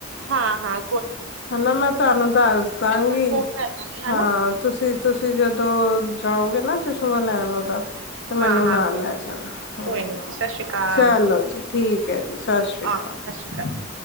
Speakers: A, on the right (about 70°); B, on the left (about 55°).
A: ਹਾਂ-ਹਾਂ।
B: ਹੈਨਾ ਮੈਂ ਤੁਆਨੂੰ ਦੱਸ ਦਾਂਗੀ
A: ਮੈਂ ਤੁਹਾਨੂੰ ਫੋਨ ਕਰ ਦਾਂਗੀ ਹਨਾ।
B: ਹਾਂ ਤੁਸੀ, ਤੁਸੀ ਜਦੋਂ ਆਔਗੇ ਨਾ। ਚਸ਼ਮਾ ਲੈਨਾ ਔਦਾ ਤੇ
A: ਹਾਂ
B: ਮੈਨੂੰ
A: ਹਾਂ
B: ਨਾਲ
A: ਕੋਈ
B: ਲੈ
A: ਨੀ
B: ਜਾਣਾ,
A: ਚਲੋ ਜੀ
B: ਹੂੰ।
A: ਕੋਈ ਨੀ ਜੀ ਸਤਿ ਸ਼੍ਰੀ ਅਕਾਲ
B: ਚਲੋ ਜੀ, ਠੀਕ ਐ ਜੀ। ਸਤਿ ਸ੍ਰੀ ਕਾਲ।
A: ਓਕੇ ਸਤਿ ਸ਼੍ਰੀ ਅਕਾਲ।